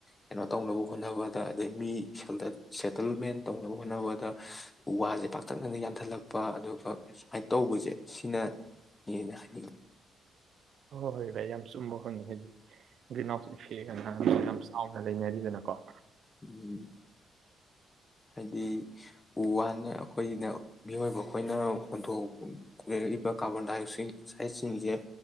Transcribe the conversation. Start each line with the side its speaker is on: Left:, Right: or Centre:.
Left: ꯀꯩꯅꯣ ꯇꯧꯅꯕ ꯍꯣꯠꯅꯕꯗ ꯑꯗꯩ ꯃꯤ ꯁꯦꯇꯜꯃꯦꯟ ꯇꯧꯅꯕ ꯍꯣꯠꯅꯕꯗ ꯎ ꯋꯥꯁꯦ ꯄꯥꯛꯇꯛꯅꯅ ꯌꯥꯟꯊꯠꯂꯛꯄ ꯑꯗꯨꯒ ꯁꯨꯃꯥꯏꯅ ꯇꯧꯕꯁꯦ ꯁꯤꯅ ꯌꯦꯗꯥꯅꯤ
Right: ꯍꯣꯏ ꯍꯣꯏ ꯚꯥꯏ ꯌꯥꯝ ꯆꯨꯝꯕ ꯍꯣꯉ ꯍꯥꯏ ꯒ꯭ꯔꯤꯟ ꯍꯥꯎꯁ ꯏꯐꯦꯛꯅ ꯌꯥꯝ ꯆꯥꯎꯅ ꯂꯩꯅꯗꯅ ꯀ
Left: ꯎꯝ ꯍꯥꯏꯗꯤ ꯎ ꯋꯥꯅ ꯑꯩꯈꯣꯏꯅ ꯃꯤꯑꯣꯏꯕ ꯑꯩꯈꯣꯏꯅ ꯍꯣꯟꯊꯣꯛ ꯂꯩꯔꯛꯏꯕ ꯀꯥꯔꯕꯣꯟ ꯗꯥꯏꯑꯣꯛꯁꯥꯏꯠꯁꯤꯡꯁꯦ